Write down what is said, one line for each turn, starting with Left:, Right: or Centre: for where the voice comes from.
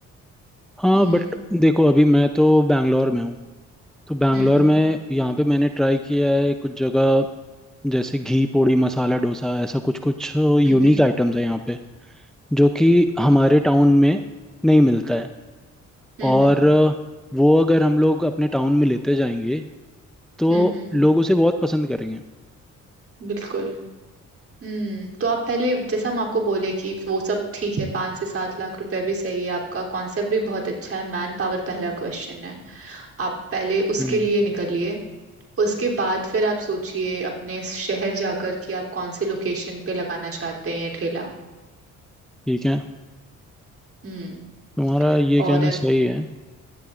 Centre: हाँ
Right: हम्म
Centre: बट देखो अभी मैं तो बैंगलोर में हूँ तो बैंगलोर
Right: हम्म हम्म
Centre: में यहाँ पे मैंने ट्राई किया है कुछ जगह जैसे घी पोड़ी मसाला डोसा ऐसा कुछ कुछ यूनिक
Right: हम्म
Centre: आइटम्स है यहाँ पे जो कि हमारे टाउन में नहीं मिलता है
Right: हम्म
Centre: और
Right: हम्म,
Centre: अ, वो अगर हम लोग अपने टाउन में लेते जाएंगे तो
Right: हम्म, हम्म,
Centre: लोग उसे बहुत पसंद करेंगे
Right: बिल्कुल हम्म तो आप पहले जैसा हम आपको बोले कि वो सब ठीक है पाँच से सात लाख रुपए भी सही है आपका कॉन्सेप्ट भी बहुत अच्छा है मैन पावर पहला क्वेश्चन है आप पहले उसके
Centre: हम्म
Right: लिए निकलिए उसके बाद फिर आप सोचिए अपने शहर जाकर कि आप कौन से लोकेशन पे लगाना चाहते हैं ये ठेला
Centre: ठीक है
Right: हम्म
Centre: तुम्हारा ये
Right: और
Centre: कहना
Right: अग-
Centre: सही है